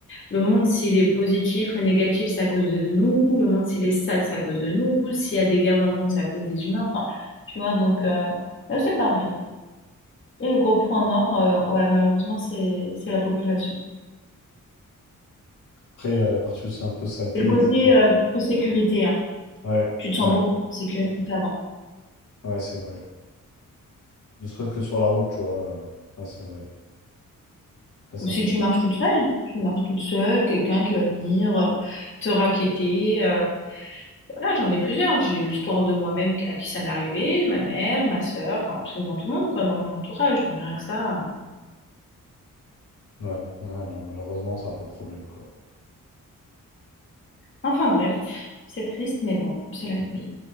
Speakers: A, on the left; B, on the left.
A: le monde, s'il est positif ou négatif, c'est à cause de nous. Le monde, s'il est sale, c'est à cause de nous. S'il y a des guerres dans le monde, c'est à cause des humains. Enfin, tu vois, donc euh, là, c'est pareil. Et le gros point noir, euh, ouais, malheureusement, c'est c'est la population.
B: Après, il y a la partie aussi un peu saleté,
A: Et le côté
B: etc.
A: euh, plus sécurité,
B: Ouais,
A: hein.
B: ouais,
A: Tu te sens
B: ouais,
A: beaucoup moins en sécurité qu'avant.
B: ouais, c'est vrai. Ne serait-ce que sur la route, tu vois. euh, Ouais, c'est vrai. Ouais, c'est
A: Ou si
B: un peu.
A: tu marches toute seule, tu marches toute seule, quelqu'un qui va venir euh, te raqueter. euh. Voilà, j'en ai plusieurs. J'ai eu l'histoire de moi-même à qui ça m'est arrivé, ma mère, ma sœur, enfin absolument tout le monde, quoi, dans mon entourage. Donc rien que ça. euh.
B: Ouais, ouais, non, malheureusement, c'est un peu le problème, quoi.
A: Enfin bref, c'est triste, mais bon, c'est la vie.